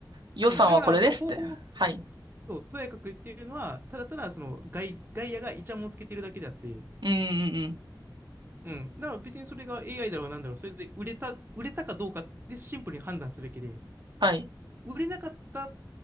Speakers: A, on the right (about 70°); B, on the right (about 25°).
A: 予算はこれですって。
B: うん、だからその方法を、
A: はい。
B: そう、とやかく言っているのは、ただただその外、外野がイチャモンつけてるだけであって、
A: うん、うん、うん。
B: うん。だから別にそれが AI だろうなんだろう。それで売れた、売れたかどうかでシンプルに判断すべきで、
A: はい。
B: 売れなかった